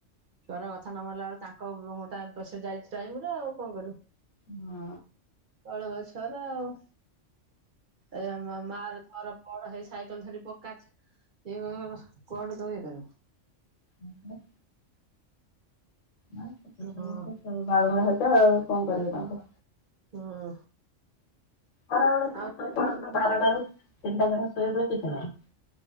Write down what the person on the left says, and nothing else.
ହଁ
ଉଁ ହୁଁ ନାଇଁ ଛୋଟ
ଛୁଆଗୁଡା ତ <inaudible> ବାଳୁଙ୍ଗା ହେବେ ଆଉ କଣ କରିବ ତାଙ୍କୁ
ଖରାବେଳେ ସିନା
ଶୋଇ ପଡନ୍ତେ ବାରଟାରୁ ତିନିଟା ଯାଏଁ ଶୋଇପଇଲେ କିଛି ନାହିଁ।